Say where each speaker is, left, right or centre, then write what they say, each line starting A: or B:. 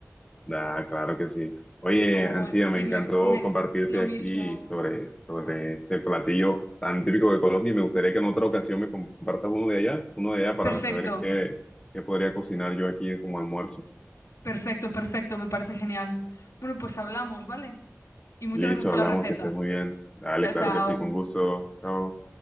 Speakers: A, on the left (about 15°); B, on the left (about 70°).
A: Ah, claro que sí. Oye,
B: Oh,
A: Antía,
B: bueno,
A: me
B: dime,
A: encantó
B: me,
A: compartirte
B: lo mismo.
A: aquí sobre, sobre este platillo tan típico de Colombia y me gustaría que en otra ocasión me compartas uno de allá, uno de allá para
B: Perfecto,
A: saber qué, qué podría cocinar yo aquí como almuerzo.
B: perfecto, perfecto, me parece genial. Bueno, pues hablamos, ¿vale? Y muchas
A: Listo,
B: gracias por
A: hablamos,
B: la receta.
A: que estés muy bien. Dale,
B: Chao, chao.
A: claro que sí, con gusto. Chao.